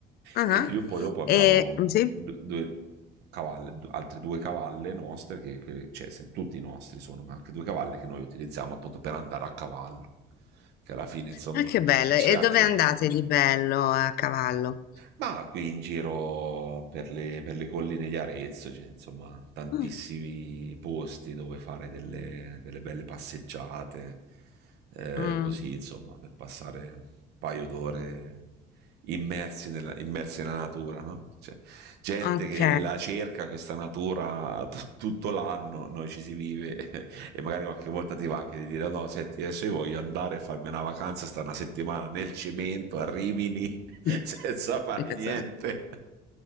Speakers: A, on the left (about 65°); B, on the right (about 80°).
A: Ah,
B: E in più
A: ah.
B: poi dopo abbiamo
A: E, sì?
B: du- due cavalle, du- altre due cavalle nostre, che, che- cioè se- tutti i nostri sono, ma anche due cavalle che noi utilizziamo appunto per andare a cavallo, che alla fine insomma
A: Ah, che bello.
B: c'è
A: E
B: anche
A: dove andate di bello a cavallo?
B: ma qui in giro per le, per le colline di Arezzo c'è insomma tantissimi
A: Mm.
B: posti dove fare delle, delle belle passeggiate, eh,
A: Mm,
B: così insomma per passare un paio d'ore immersi nella, immersi nella natura, no? Cioè, gente
A: ok.
B: che la cerca questa natura t- tutto l'anno, noi ci si vive <laughs> e magari qualche volta ti va anche di dire no, senti, adesso io voglio andare a farmi una vacanza, sta una settimana nel cemento a Rimini <laughs>
A: <laughs>
B: senza fare
A: Esatto.
B: niente.